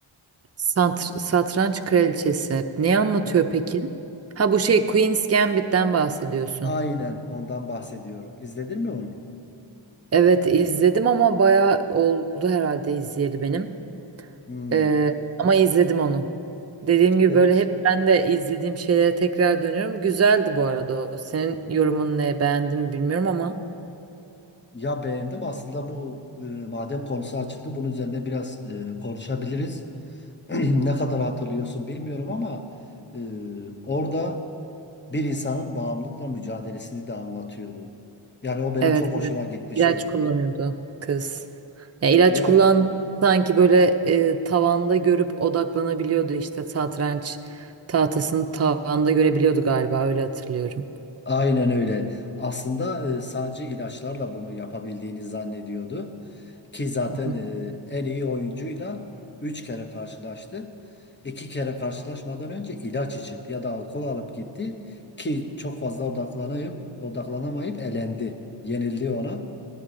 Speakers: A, on the right; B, on the left.
A: Santr- Satranç Kraliçesi. Ne anlatıyor
B: E,
A: peki? Ha bu şey Queen's Gambit'ten bahsediyorsun.
B: aynen ondan bahsediyorum. İzledin mi onu?
A: Evet izledim ama bayağı oldu herhalde izleyeli benim.
B: Hmm.
A: Ee, ama izledim onu. Dediğim gibi
B: De-
A: böyle hep ben de izlediğim şeylere tekrar dönüyorum. Güzeldi bu arada o. Senin yorumun ne? Beğendin mi bilmiyorum ama.
B: ya beğendim. Aslında bu e, madem konusu açıldı bunun üzerine biraz e, konuşabiliriz. <clears throat> Ne kadar hatırlıyorsun bilmiyorum ama e, orada bir insanın bağımlılıkla mücadelesini de anlatıyordu. Yani o benim
A: Evet,
B: çok hoşuma
A: evet.
B: gitmişti.
A: İlaç kullanıyordu kız. Ya ilaç
B: Yani
A: kullandı
B: Evet.
A: sanki böyle e, tavanda görüp odaklanabiliyordu işte satranç tahtasını tavanda görebiliyordu galiba öyle hatırlıyorum.
B: aynen öyle. Aslında e, sadece ilaçlarla bunu yapabildiğini zannediyordu. Ki zaten
A: Hı hı.
B: e, en iyi oyuncuyla 3 kere karşılaştı. 2 kere karşılaşmadan önce ilaç içip ya da alkol alıp gitti. Ki çok fazla odaklanayıp, odaklanamayıp elendi. Yenildi ona.